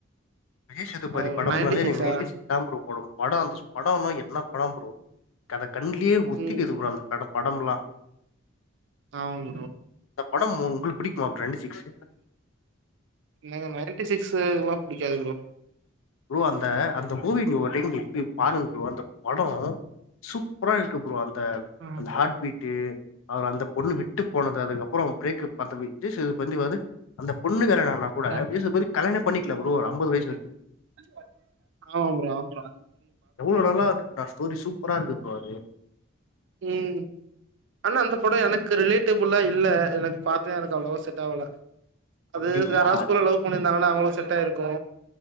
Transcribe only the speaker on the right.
ஓ
சிக்ஸா
ம்
ஆமா ப்ரோ
எனக்கு நைன்டி சிக்ஸு எல்லாம் புடிக்காது ப்ரோ
ஆமா
ப்ரோ
<inaudible> ஆமா ப்ரோ ஆமா
ஏய் ஆனா அந்த படொ எனக்கு ரிலேட் டபுலா இல்ல எனக்கு பாத்த எனக்கு அவ்ளவா செட் ஆவுல அது
யாராவ்து ஸ்கூல்ல லவ் பண்ணி ருந்தாங்கண்ணா அவுங்களுக்கு செட் ஆயிருக்கூ